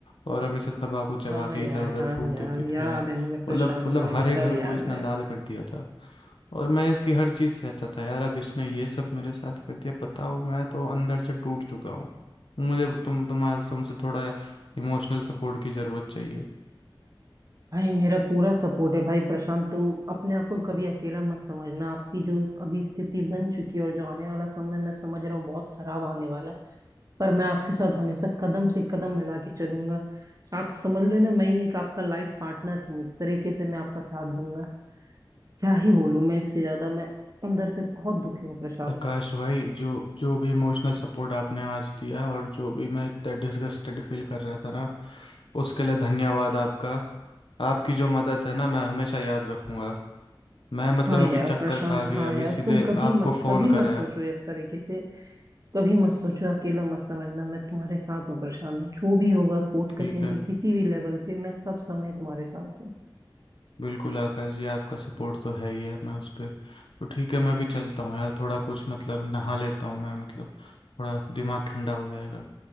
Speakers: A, on the left; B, on the right.
A: और हमेशा तंबाकू चबा
B: हाँ
A: के
B: यार
A: इधर उधर
B: हाँ
A: थूक
B: यार
A: देती
B: याद
A: थी यार
B: है मुझे प्रशांत
A: मतलब मतलब
B: भाई
A: हरे
B: सब
A: घर
B: याद
A: को इसने
B: है
A: लाल कर दिया था और मैं इसकी हर चीज़ से अच्छा था यार अब इसने ये सब मेरे साथ कर दिया पता हो मैं तो अंदर से टूट चुका हूँ मुझे तुम तुम्हारे तुमसे थोड़ा इमोशनल सपोर्ट की ज़रूरत चाहिए
B: भाई मेरा पूरा सपोर्ट है भाई प्रशांत तुम अपने आप को कभी अकेला मत समझना आपकी जो अभी स्थिति बन चुकी है और जो आने वाला समय मैं समझ रहा हूँ बहुत खराब आने वाला है पर मैं आपके साथ हमेशा कदम से कदम मिला के चलूंगा आप समझ लो ना मैं ही एक आपका लाइफ पार्टनर हूँ इस तरीके से मैं आपका साथ दूंगा क्या ही बोलूं मैं इससे ज्यादा मैं अंदर से बहुत दुखी हूँ प्रशांत
A: आकाश भाई जो जो भी इमोशनल सपोर्ट आपने आज दिया और जो भी मैं इतना डिसगस्टेड फील कर रहा था ना उसके लिए धन्यवाद आपका आपकी जो मदद है ना मैं हमेशा याद रखूंगा मैं मतलब
B: हाँ यार
A: अभी चक्कर
B: प्रशांत
A: खा के
B: हाँ
A: अभी
B: यार
A: सीधे
B: तुम कभी
A: आपको
B: मत
A: फ़ोन
B: कभी मत
A: करा
B: सोचो
A: है
B: इस तरीके से कभी मत सोचो अकेला मत समझना मैं तुम्हारे साथ हूँ प्रशांत जो भी होगा कोर्ट
A: ठीक
B: कचहरी
A: है
B: किसी भी लेवल पे मैं सब समय तुम्हारे साथ हूँ
A: बिल्कुल आकाश जी आपका सपोर्ट तो है ही है मैं उस पर तो ठीक है मैं भी चलता हूँ यार थोड़ा कुछ मतलब नहा लेता हूँ मैं मतलब थोड़ा दिमाग ठंडा हो जाएगा